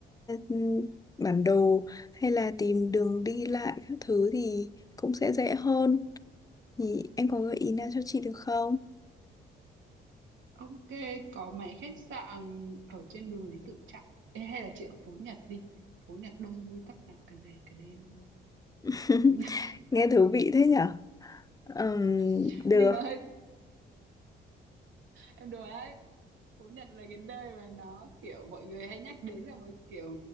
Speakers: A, on the left (about 20°); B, on the right (about 75°).
A: ừm, bản đồ hay là tìm đường đi lại các thứ thì cũng sẽ dễ hơn thì em có gợi ý nào cho chị được không?
B: ok có mấy khách sạn ở trên đường Lý Tự Trọng Ê, hay là chị ở phố Nhật đi phố Nhật đông vui tấp nập cả ngày cả đêm luôn
A: <laughs>
B: phố Nhật
A: Nghe thú vị thế nhở? Ừm,
B: <laughs>
A: được.
B: nhưng nó hơi em đùa đấy Phú Nhật là cái nơi mà nó kiểu mọi người hay nhắc đến là một kiểu